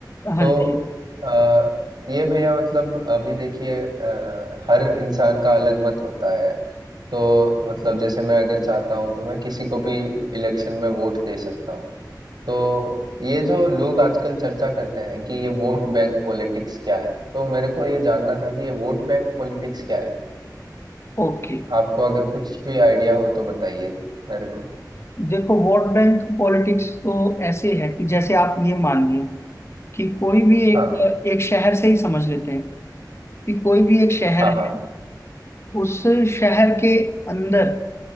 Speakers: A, on the left; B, on the right.
A: हाँ
B: तो
A: जी
B: आ, ये भैया मतलब अभी देखिए अ, हर इंसान का अलग मत होता है तो मतलब जैसे मैं अगर चाहता हूँ तो मैं किसी को भी इलेक्शन में वोट दे सकता हूँ तो ये जो लोग आजकल चर्चा करते हैं कि ये वोट बैंक पॉलिटिक्स क्या है तो मेरे को ये जानना था कि ये वोट बैंक पॉलिटिक्स क्या है
A: ओके
B: आपको अगर कुछ भी आइडिया हो तो बताइए मेरे को
A: देखो वोट बैंक पॉलिटिक्स तो ऐसे है कि जैसे आप ये मानिए कि कोई भी एक
B: हाँ
A: एक शहर से ही समझ लेते हैं कि कोई भी एक शहर
B: हाँ
A: है
B: हाँ
A: उस शहर के अंदर